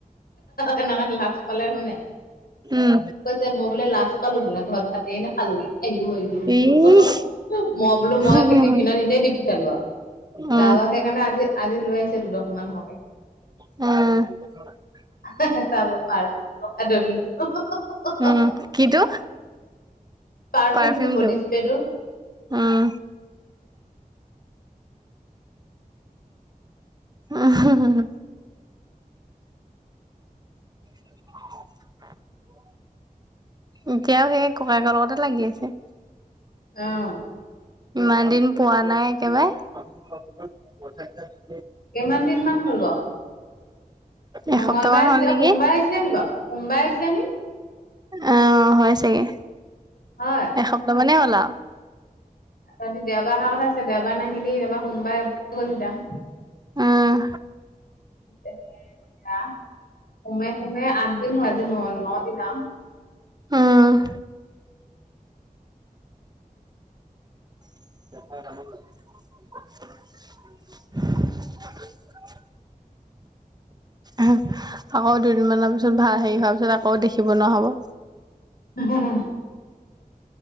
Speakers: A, on the left; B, on the right.
A: এনেকা লাজ পালে শুনে।
B: উম
A: কৈছে মই বোলে লাজ পালো বোলে ঘৰত ভাতে নাখালোগে আয়ো আয়ো
B: ইচ
A: বোলো। মই বোলো মই
B: উম
A: টিফিনত এনেই দি পঠিয়ালোঁ আৰু।
B: উম
A: তাৰপা সেইকাৰণে আজি আজি লৈ আহিছে দুডখমান হৰকে।
B: উম,
A: <unintelligible>
B: উম কিটো
A: পাৰ্ফিউমটো
B: পাৰফিউমটো
A: বডি স্প্ৰেটো।
B: উম উম, <inaudible> এতিয়াও সেই ককায়েকৰ লগতে লাগি আছে।
A: অ',
B: ইমান দিন পোৱা নাই একেবাৰে
A: কিমান দিন মান হ'ল বাৰু? মঙ্গলবাৰে
B: এসপ্তাহ মান
A: আহিছিলে
B: হল নেকি।
A: সোমবাৰে আহিছিলে নি বাৰু সোমবাৰে আহিছিলে নি
B: অ', হয় চাগে
A: হয়
B: এসপ্তাহ মানেই হ'ল আৰু।
A: তহঁতি দেওবাৰে অহাৰ কথা আছে দেওবাৰে নাহিলি এইবাৰ সোমবাৰে <unintelligible>
B: উম
A: সোমে সোমে আ <unintelligible> আজি ন দিন আৰু।
B: উম, <inaudible> আকৌ দুদিনমানৰ পিছত ভা হেৰি হোৱাৰ পিছত আকৌ দেখিব নোৱাৰা হব।
A: <inaudible>